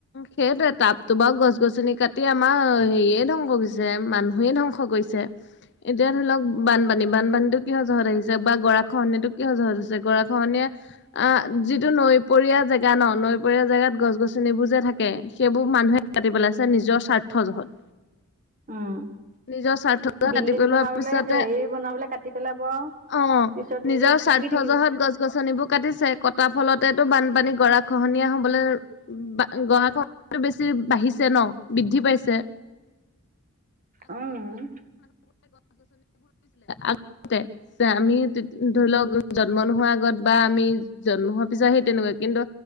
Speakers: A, on the left; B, on the right.
A: সেইটোৱে তাপতটো বাও গছ-গছনি কাটি টি আমাৰ হেৰিয়ে ধ্বংস কৰিছে, মানুহে ধ্বংস কৰিছে। এতিয়া ধৰি লওঁক বানপানী, বানপানীতো কিহ জহত আহিছে বা গৰাখহনীয়াটো কিহ জহত আহিছে? গৰাখহনীয়া অ' যিটো নৈপৰীয়া জেগা ন নৈ দুপৰীয়া জেগাত গছ গছনিবোৰ যে থাকে, সেইবোৰ মানুহে কাটি পেলাইছে নিজৰ স্বাৰ্থ জহত।
B: উম,
A: নিজৰ স্বাৰ্থ
B: বিল্ডিং
A: কাটি পেলোৱাৰ
B: বনাবলে,
A: পিছতে
B: হেৰি বনাবলে কাটি পেলাব।
A: অ'
B: পিছত
A: নিজৰ
B: নিজে
A: স্বাৰ্থ
B: ভুগি থাকিব
A: জহত গছ গছনিবোৰ কাটিছে, কটা ফলতে টো বানপানী গৰা খহনীয়া হ বোলে <unintelligible> বেছি বাঢ়িছে ন বৃদ্ধি পাইছে।
B: অঁ
A: আগতে <unintelligible> আমি ধৰি লওক জন্ম নোহোৱাৰ আগত বা আমি জন্ম হোৱাৰ পিছত সেই তেনেকুৱা কিন্তু